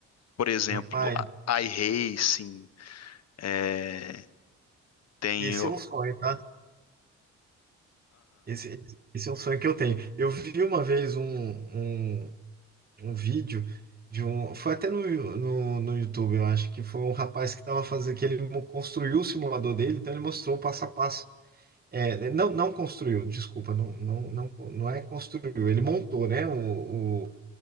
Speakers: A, on the left; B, on the right.
A: Por exemplo,
B: Rapaz,
A: a- iRacing, é, tem,
B: esse
A: o-
B: é um sonho, tá? Esse, esse, esse é um sonho que eu tenho. Eu vi uma vez um, um, um vídeo de um. Foi até no, no, no YouTube, eu acho, que foi um rapaz que tava fazendo, que ele mo- construiu o simulador dele, então ele mostrou o passo a passo. É, não, não construiu, desculpa, não, não, não, não é construiu, ele montou, né, o, o,